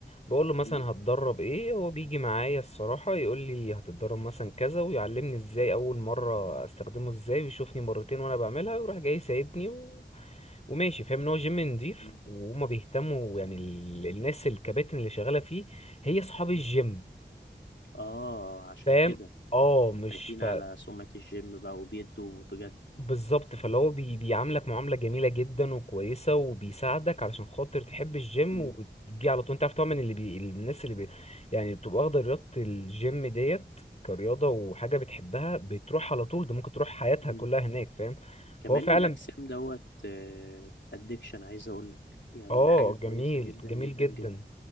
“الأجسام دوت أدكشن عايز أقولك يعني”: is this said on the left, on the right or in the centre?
Left